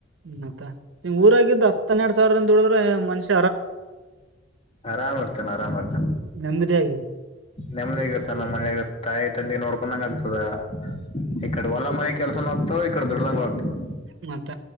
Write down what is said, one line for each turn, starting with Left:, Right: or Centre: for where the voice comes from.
Right: ಹ್ಮ್ ಮತ್ತ ನಿಮ್ ಊರಾಗಿದ್ದ ಹಾತ್ ಹನ್ನೆರಡ್ ಸಾವರ ದುಡ್ರೆ ಮಾನುಷ್
Left: ಆರಾಮ ಇರ್ತಾನ ಆರಾಮ ಇರ್ತನ್
Right: ನೆಮ್ಮದಿಯಾಗಿ
Left: ನೆಮದಿಗ ಇರ್ತಾನ ನಮ್ಮ ಮನಾಗ ತಾಯಿ ತಂದಿ ನೋಡ್ಕೊಂಡಂಗ ಆಗ್ತದ ಈ ಕಡೆ ಒಲ ಮನೆ ಕೆಲ್ಸನ ಹೋಗ್ತಾವ ಈಕಡೆ ದುಡ್ದಂಗ ಆಗ್ತದ
Right: ಮತ್ತ